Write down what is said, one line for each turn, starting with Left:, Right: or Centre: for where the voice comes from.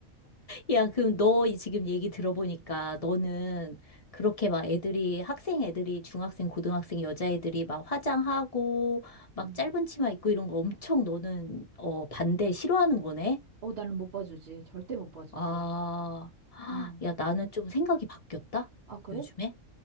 Left: 야, 그럼 너 이- 지금 얘기 들어보니까 너는
Right: 어.
Left: 그렇게 막 애들이, 학생 애들이, 중학생, 고등학생 여자애들이 막 화장하고, 막
Right: 음.
Left: 짧은 치마 입고 이런 거 엄청 너는, 어, 반대, 싫어하는 거네?
Right: 어, 나는 못 봐주지. 절대 못 봐주지.
Left: 아, <gasps>
Right: 응.
Left: 야, 나는 좀 생각이 바뀌었다?
Right: 아, 그래?
Left: 요즘에?